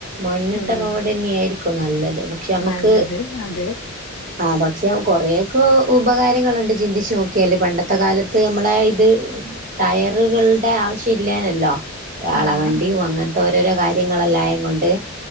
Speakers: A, on the right; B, on the left.
A: മണ്ണ്
B: ഉം
A: തന്നെയായിരിക്കും നല്ലെത് പക്ഷെ അമ്മക്ക്
B: നല്ലത് അതെ
A: ആഹ് പക്ഷെ കൊറേൊക്കാ ഉപകാരങ്ങള്ണ്ട് ചിന്തിച്ച് നോക്ക്യാല്‌ പണ്ടത്തെ കാലത്ത് നമ്മളേ ഇത് ടയറ്കൾടെ ആവശ്യം ഇല്ലേന്യല്ലോ കാളവണ്ടിയും
B: ആഹ് ആഹ്
A: അങ്ങൻത്തെ ഓരോരോ കാര്യങ്ങളെല്ലായേങ്ങൊണ്ട്